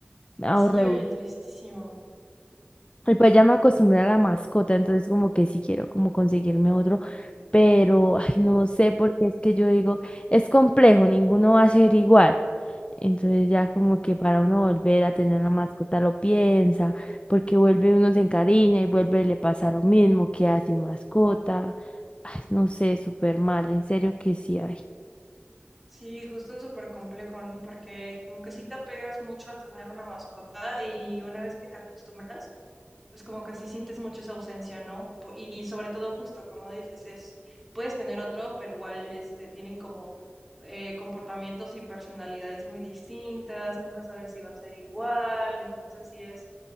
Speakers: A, on the left; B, in the centre.
A: ahorré
B: Sí, oye,
A: uno.
B: tristísimo.
A: Y pues ya me acostumbré a la mascota, entonces como que sí quiero como conseguirme otro, pero ay, no sé, porque es que yo digo, es complejo, ninguno va a ser igual. Entonces ya como que para uno volver a tener una mascota lo piensa, porque vuelve uno se encariña y vuelve y le pasa lo mismo, queda sin mascota. Ay, no sé, súper mal, en serio que sí hay.
B: Sí, justo es súper complejo, ¿no? Porque como que sí te apegas mucho a tener una mascota y una vez que te acostumbras, pues como que sí sientes mucho esa ausencia, ¿no? Y sobre todo justo, como dices, es, puedes tener otro, pero igual este, tienen como eh, comportamientos y personalidades muy distintas, nunca sabes si va a ser igual, entonces sí es,